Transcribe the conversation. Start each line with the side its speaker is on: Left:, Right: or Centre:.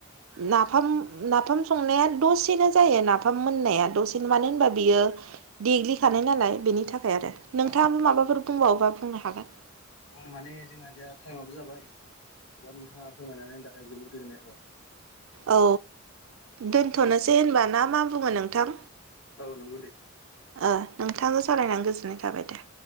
Right: नाफाम
Left: अ अ
Right: नाफाम संनाया दसेनो जायो नाफाम मोननाया दसेनो मानो होनबा बियो
Left: उम
Right: देग्लिखानाय नालाय बेनि थाखाय आरो नोंथाङाबो
Left: औ
Right: माबाफोर बुंबावोबा बुंनो हागोन
Left: बुंनो माने जोंहा दा टाइमाबो जाबाय दा नोंथाङा फोरमायनानै होनायनि थाखाय जोबोद गोजोननाय थाबाय।
Right: औ
Left: उम
Right: दोन्थ'नोसै
Left: दे
Right: होनबा ना मा बुङो नोंथां?
Left: औ नोंगौ दे।
Right: ओ नोंथां सावरायनानै गोजोननाय थाबाय दे।